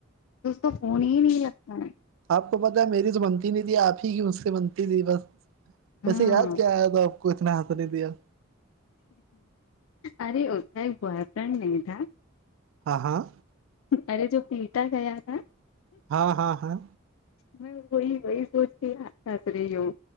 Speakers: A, on the left; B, on the right.
A: اسس کا فون ہی نہیں لگتا
B: آپ کو پتا ہے میری تو بنتی نہیں تھی آپ ہی کی اس سے بنتی تھی بس ویسے
A: ہاں
B: یاد کیا آیا تھا آپ کو اتنا ہنس رہی تھی آپ
A: ارے اس کا ایک بوائ فرنڈ نہی تھا
B: ہاں ہاں
A: ارے جو پیٹا گیا نا
B: ہاں ہاں ہاں
A: میں وہی وہی سوچ کے ہنس رہی ہوں